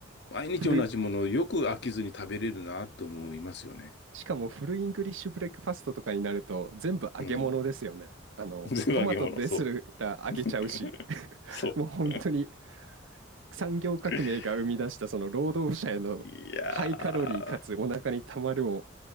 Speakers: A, on the left (about 55°); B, on the right (about 75°).
A: 毎日同じものをよく飽きずに食べれるなと思いますよね。
B: 古い、しかもフルイングリッシュブレックファストとかになると全部揚げ物ですよね。
A: うん。
B: あの、
A: <laughs> 全部揚げ物、
B: トマトですら揚げちゃうし、
A: そう。<laughs> そう。
B: もう本当に産業革命が生み出したその労働者へのハイカロリーかつお腹にたまるを
A: <laughs> いやー